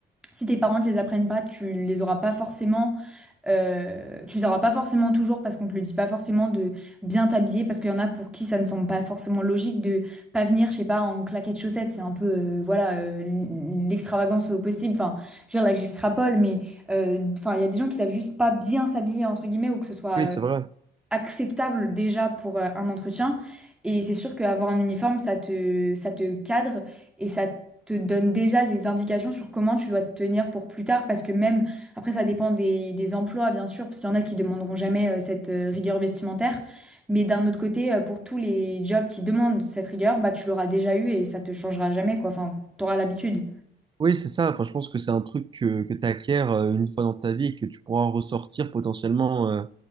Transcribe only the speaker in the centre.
si tes parents ne les apprennent pas, tu les auras pas forcément, euh, tu les auras pas forcément toujours parce qu'on te le dit pas forcément de bien t'habiller parce qu'il y en a pour qui ça ne semble pas forcément logique de pas venir, je sais pas, en claquettes chaussettes, c'est un peu, euh, voilà, euh, l- l'extravagance au possible. Enfin, je veux dire, là, j'extrapole, mais euh, enfin, il y a des gens qui savent juste pas bien s'habiller entre guillemets ou que ce soit
euh,
acceptable déjà pour euh, un entretien. Et c'est sûr qu'avoir un uniforme, ça te, ça te cadre et ça te donne déjà des indications sur comment tu dois te tenir pour plus tard. Parce que même, après, ça dépend des, des emplois, bien sûr, parce qu'il y en a qui demanderont jamais euh, cette euh, rigueur vestimentaire. Mais d'un autre côté, euh, pour tous les jobs qui demandent cette rigueur, bah, tu l'auras déjà eu et ça te changera jamais, quoi. Enfin, t'auras l'habitude.